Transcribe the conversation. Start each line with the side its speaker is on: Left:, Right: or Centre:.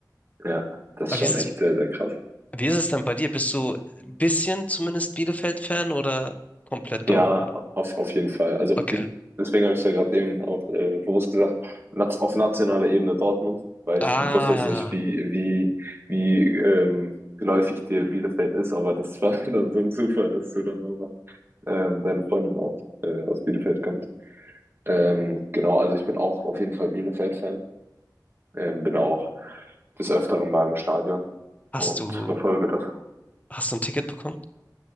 Right: Ja, das
Left: Aber
Right: ist schon
Left: wie ist es,
Right: echt sehr, sehr krass.
Left: wie ist es dann bei dir? Bist du ein bisschen zumindest Bielefeld-Fan oder komplett
Right: Ja,
Left: Dortmund?
Right: auf, auf jeden Fall. Also
Left: Okay.
Right: ich, deswegen habe ich ja gerade eben auch äh, bewusst gesagt, nat auf nationaler Ebene Dortmund, weil
Left: Ah,
Right: ich wusste jetzt nicht, wie, wie, wie ähm, geläufig dir Bielefeld ist, aber das war <laughs> dann so ein Zufall, dass du dann auch noch ähm, deine Freundin auch äh, aus Bielefeld kommt. Ähm, genau, also ich bin auch auf jeden Fall Bielefeld-Fan, ähm, bin auch des Öfteren mal im Stadion
Left: hast
Right: und
Left: du,
Right: verfolge das.
Left: hast du ein Ticket bekommen?